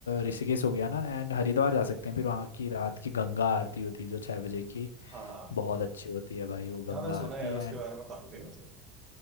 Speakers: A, on the left; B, on the right.
A: ऋषिकेश हो गया ना एंड हरिद्वार जा सकते हैं फिर वहाँ की रात की गंगा आरती होती है जो छः बजे की
B: हाँ हाँ
A: बहुत अच्छी होती है भाई वो गंगा
B: हाँ, मैंने सुना
A: आरती
B: है यार
A: एंड
B: उसके बारे में काफी फेमस है